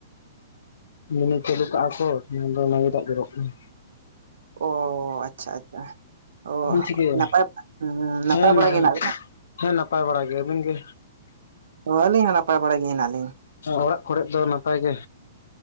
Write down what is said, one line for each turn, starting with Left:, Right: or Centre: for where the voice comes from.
Left: ᱢᱮᱱᱤ ᱪᱟᱹᱞᱩ ᱠᱟᱜᱼᱟ ᱠᱚ ᱫᱚ ᱚᱱᱟ ᱜᱮ ᱫᱟᱜ ᱡᱚᱨᱚᱜ ᱠᱟᱱᱟ᱾
Right: ᱚ ᱟᱪᱪᱷᱟ ᱟᱪᱪᱷᱟ᱾ ᱚ
Left: ᱪᱮᱫ ᱵᱤᱱ ᱪᱤᱠᱟᱹᱭᱟ
Right: ᱱᱟᱯᱟᱭ ᱱᱟᱯᱟᱭ
Left: ᱦᱮᱸ
Right: ᱵᱟᱲᱟ ᱜᱮ ᱦᱮᱱᱟᱜ ᱵᱮᱱᱟ?
Left: ᱦᱮᱸ ᱱᱟᱯᱟᱭ ᱵᱟᱲᱟ ᱜᱮ ᱟᱵᱤᱱ ᱜᱮ᱾
Right: ᱚ ᱟᱹᱞᱤᱧ ᱦᱚᱸ ᱱᱟᱯᱟᱭ ᱵᱟᱲᱟ ᱜᱮ ᱦᱮᱱᱟᱜ ᱞᱤᱧ᱾
Left: ᱚᱲᱟᱜ ᱠᱚᱨᱮ ᱫᱚ ᱱᱟᱯᱟᱭ ᱜᱮ᱾